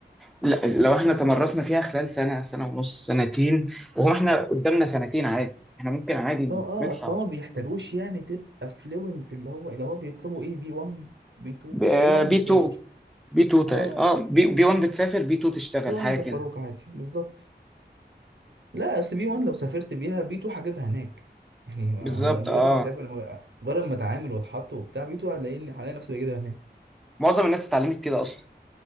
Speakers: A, in the centre; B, on the right.
A: لا لو احنا تمرسنا فيها خلال سنه سنه ونص سنتين وهو احنا قدامنا سنتين عادي احنا ممكن عادي
B: اصل هو اه
A: نطلع
B: اصل هو ما بيحتاجوش يعني تبقى فلوينت اللي هو اللي هو بيطلبوا ايه بي 1 بي 2
A: ب-
B: بي 1 بتسافر
A: بي 2 بي 2 تقريبا
B: اه
A: اه بي بي 1 بتسافر بي 2 تشتغل
B: بي 1
A: حاجه
B: يسفروك
A: كده
B: عادي بالظبط لا اصل بي 1 لو سافرت بيها بي 2 هجيبها هناك يعني ما
A: بالظبط
B: انا مجرد
A: اه
B: ما اسافر مج- مجرد ما اتعامل واتحط وبتاع بي 2 هلاقيني هلاقي نفسي بجيبها هناك
A: معظم الناس اتعلمت كده اصلا